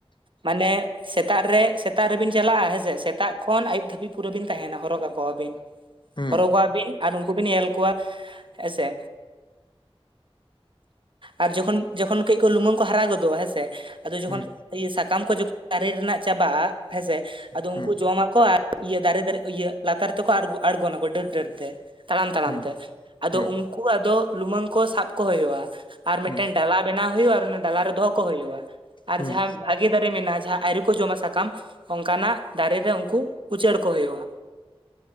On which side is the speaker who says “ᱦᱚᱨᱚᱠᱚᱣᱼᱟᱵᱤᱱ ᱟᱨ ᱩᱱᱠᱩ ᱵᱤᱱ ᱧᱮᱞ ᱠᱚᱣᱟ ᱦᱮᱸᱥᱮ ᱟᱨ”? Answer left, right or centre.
Right